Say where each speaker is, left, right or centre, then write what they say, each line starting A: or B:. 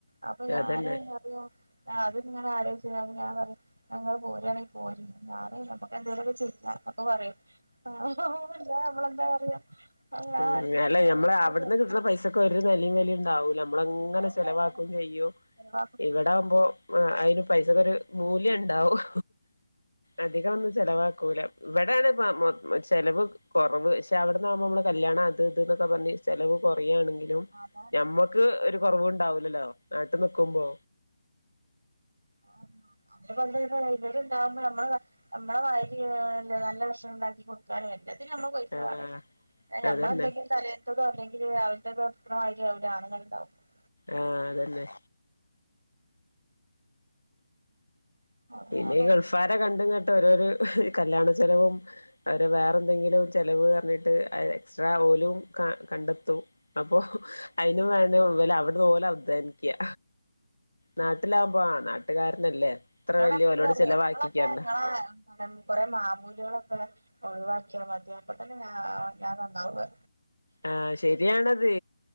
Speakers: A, on the right; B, on the left.
A: അപ്പൊ ഞാനും
B: അതന്നെ
A: പറയും ആ അത് നിങ്ങ ആരോചിച്ച ഞാൻ പറ ഞങ്ങള് പോരായാണെങ്കിൽ പോരി ഞാന നമ്മക്ക് എന്തെലുമൊക്കെ ചെയ എന്നൊക്കെ പറയും. ആ <unintelligible> എന്താ പറയാ ഞാൻ
B: ഉ
A: പറയും
B: ല്ലെ മ്മള്
A: ഇപ്പൊ
B: അവിടുന്ന
A: കേൾക്കും
B: കിട്ടുന്ന പൈസക്കെ <unintelligible> നെലെ വെലയും ഉണ്ടാവില്ല നമ്മക്ക്
A: ഉണ്ടാവൂല
B: അങ്ങനെ ചെലവാക്കു
A: അതാണ്
B: അയ്യോ
A: അതാണ്
B: ഇവിടെ ആകുമ്പോ ആ ഐയിനെ പൈസക്കരു മൂല്യം ഉണ്ടാവും അധികം ഒന്നും ചെിലവാക്കൂല ഇവിടാണ്. <unintelligible> ചെലവ് കുറവ് ക്ഷെ അവിടുന്ന് ആകുമ്പോ നമ്മള് കല്യാണം അത് ഇതൊക്കെ പറഞ്ഞ് ചെലവ് കുറയാണ്. ങ്കിലും
A: ആധാരം
B: ഞമ്മക്ക് ഒരു കുറവും ഉണ്ടാവൂലല്ലോ നാട്ടി നിക്കുമ്പോ
A: ആ <unintelligible> ഇതുപൊലെന്നെ ഇവര്ണ്ടാകുമ്പോ നമ്മള് നമ്മളെ മാതിരി നല്ല ഭക്ഷണം ഉണ്ടാക്കി കൊടുക്കാനും വേണ്ട എല്ലാത്തിനും പൈസ
B: ആഹ്
A: വേണം നമ്മൾ
B: അതന്നെ
A: എന്തെങ്കിലും തലന്നാന്തെങ്കിലും എ രാവിലത്തെ ഭത്രണമായി എവിടെ ആണങ്ങെണ്ടാവും <unintelligible>
B: ആ അതന്നേ
A: ചെലവാ
B: പിന്നെ ഈ ഗൾഫാരെ കണ്ടുകൊണ്ട് ഓരോരു കല്യാണ ചെലവും അവരെ വേറെ എന്തെങ്കിലും ചിലവ് പറഞ്ഞിട്ട് ആ ഏ എക്സ്ട്രാ ഓലും ക കണ്ടെത്തും അപ്പൊ അയിനും വേ ല അവിടോലദ്ധാനിക്ക നാട്ടിലാവുമ്പോ ആ നാട്ടുകാരനല്ലേ ഇത്ര
A: എന്നോടെടക്കൊ
B: വല്യ ഓലോട്
A: പറയും
B: ചെലവാക്കിക്കണ്ട
A: ങ്ങളൊക്കെ നങ്ങളെ ന്താ കൊറേ മാമൂലുകളൊക്കെ ഒഴിവാക്കിയ മതി അപ്പതന്നെ ഞാ ഞാൻ നന്നാവു
B: ആ ശരിയാണത്